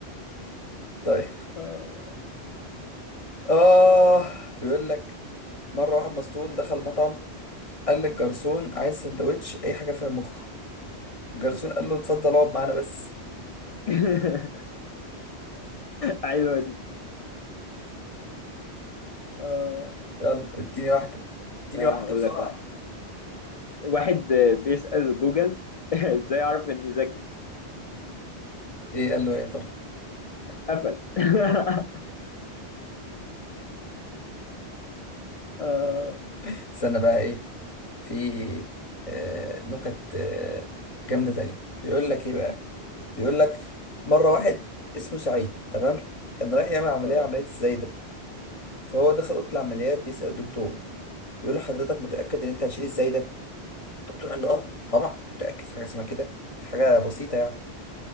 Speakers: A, on the left; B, on the left.
A: طيب
B: آه.
A: اه بيقول لك مره واحد مسطول دخل مطعم قال للجرسون عايز سندوتش اي حاجه فيها مخ الجرسون قال له اتفضل اقعد معانا بس
B: <laughs> حلوه دي آه،
A: يلا اديني واحده اديني
B: اقول
A: واحده بسرعه
B: لك واحد واحد بيسأل جوجل <laughs> ازاي اعرف اني ذكي
A: ايه قال له ايه يا ترى
B: قفل <laughs> آه،
A: <laughs> استنى بقى ايه في آه، نكت آه، جامدة تانية بيقول لك ايه بقى بيقول لك مرة واحد اسمه سعيد تمام كان رايح يعمل عملية
B: آه.
A: عملية الزايدة فهو دخل أوضة العمليات بيسأل الدكتور بيقول له حضرتك متأكد إن أنت هتشيل الزايدة الدكتور قال له آه طبعا متأكد حاجة اسمها كده دي حاجة بسيطة يعني